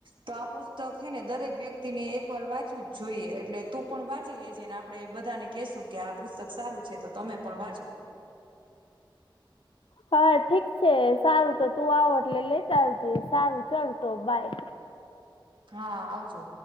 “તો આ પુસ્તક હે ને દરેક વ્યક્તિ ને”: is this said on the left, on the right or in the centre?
Right